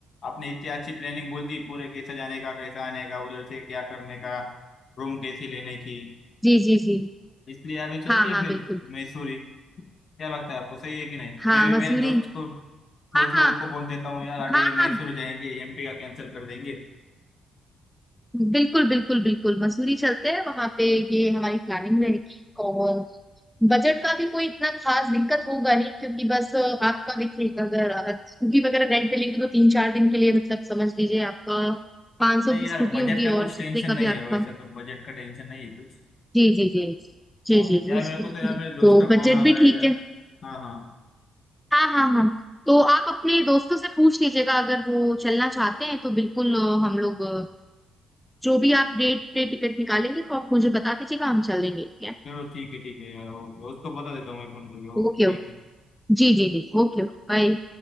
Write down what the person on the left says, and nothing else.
आपने इतनी अच्छी प्लानिंग बोल दी पूरे कैसा जाने का कैसा आने का उधर से क्या करने का रूम कैसी लेने की
इसलिए अभी चलते
हैं
फिर
मैसूर ही क्या लगता है आपको सही है कि नहीं
मैं भी
मेरे दोस्त को दोस्त
लोगों
को बोल देता हूँ यार अभी
मैसूर
जाएंगे एमपी का कैंसिल कर देंगे
नहीं
यार
बजट
का कुछ
टेंशन
नहीं
यार
वैसे तो बजट का टेंशन नहीं है कुछ
हाँ
यार मेरे
को तो यार मेरे दोस्त
का कॉल
आ रहा
है
यार
हाँ हाँ
चलो ठीक है ठीक है यार ओके उसको बता देता हूँ मैं फोन करके ओके
ठीक
है